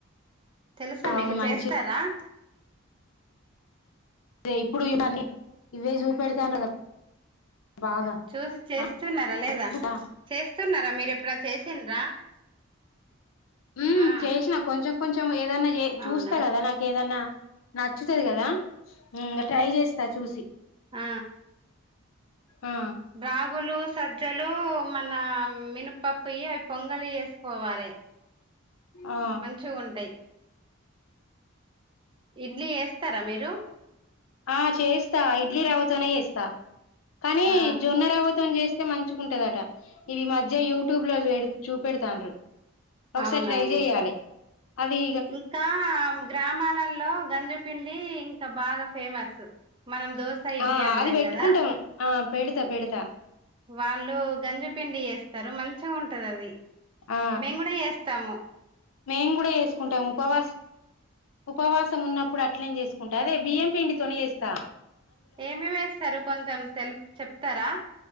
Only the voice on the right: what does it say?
తెలుసా
మీకు
చేస్తారా.
చూసి చేస్తున్నార
లేదా
చేస్తున్నారా మీరు ఎప్పుడ చేసిండ్రా
ఆ
అవునా
ఆ
రాగులు, సజ్జలు, మన మినపప్పుయి ఎ పొంగలి చేసుకోవాలె.
మంచిగ ఉంటాయి ఇడ్లీ చెస్తరా మీరు.
ఆ
అవునవును
ఇంకా గ్రామాలల్లో గంజిపిండి ఇంకా బాగా ఫేమసు. మనం దోస, ఇడ్లీ
అంటాం
కదా.
వాళ్ళు గంజి పిండి యేస్త చెస్తరు మంచిగా ఉంటది అది.
మేము కూడా చేస్తము.
ఏమేమి ఏస్తారు, కొంచెం తెలుపు చెప్తరా.